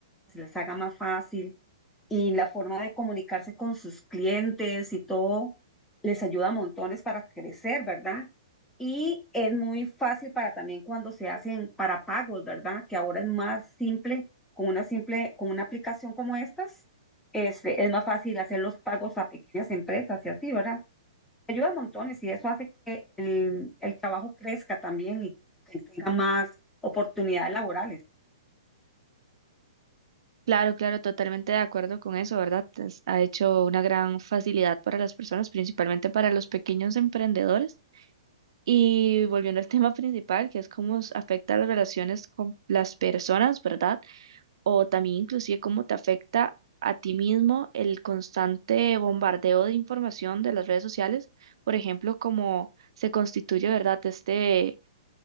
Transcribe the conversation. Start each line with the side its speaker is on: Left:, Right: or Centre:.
Centre: se les haga más fácil y la forma de comunicarse con sus clientes y todo les ayuda a montones para crecer, ¿verdad? Y es muy fácil para también cuando se hacen para pagos, ¿verdad? Que ahora es más simple, con una simple, con una aplicación como estas, este, es más fácil hacer los pagos a pequeñas empresas y así, ¿verdad? ayuda montones y eso hace que el, el trabajo crezca también y que tenga más oportunidades laborales.
Right: Claro, claro, totalmente de acuerdo con eso, ¿verdad? Es- ha hecho una gran facilidad para las personas, principalmente para los pequeños emprendedores. Y volviendo al <laughs> tema principal, que es cómo s- afecta las relaciones con las personas, ¿verdad? o también inclusive cómo te afecta a ti mismo el constante bombardeo de información de las redes sociales, por ejemplo, cómo se constituye, ¿verdad? Este